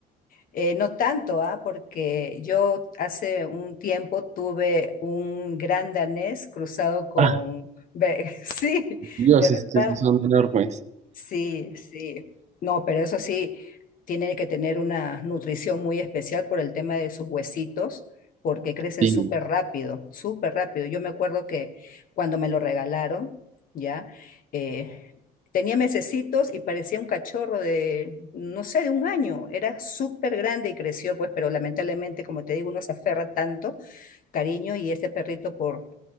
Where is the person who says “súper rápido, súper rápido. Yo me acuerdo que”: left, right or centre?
Left